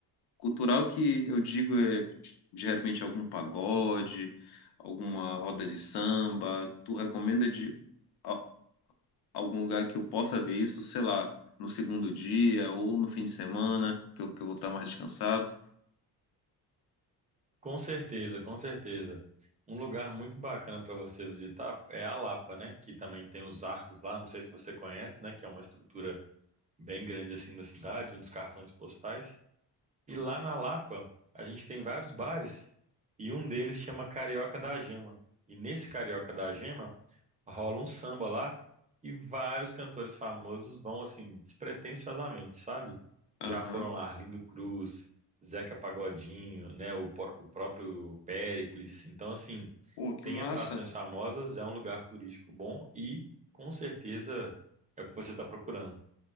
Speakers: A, on the left; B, on the right.
A: Cultural que eu digo é, de repente, algum pagode, alguma roda de samba. Tu recomenda de a- algum lugar que eu possa ver isso, sei lá, no segundo dia ou no fim de semana, que eu, que eu vou estar mais descansado?
B: Com certeza, com certeza. Um lugar muito bacana para você visitar é a Lapa, né? Que também tem os arcos lá, não sei se você conhece, né? Que é uma estrutura bem grande, assim, da cidade, um dos cartões postais. E lá na Lapa, a gente tem vários bares e um deles chama Carioca da Gema. E nesse Carioca da Gema rola um samba lá e vários cantores famosos vão assim despretensiosamente, sabe?
A: Aham.
B: Já foram lá Arlindo Cruz, Zeca Pagodinho, né, o, por- o próprio Péricles. Então assim,
A: Pô, que
B: tem
A: massa.
B: atrações famosas, é um lugar turístico bom e com certeza é o que você está procurando.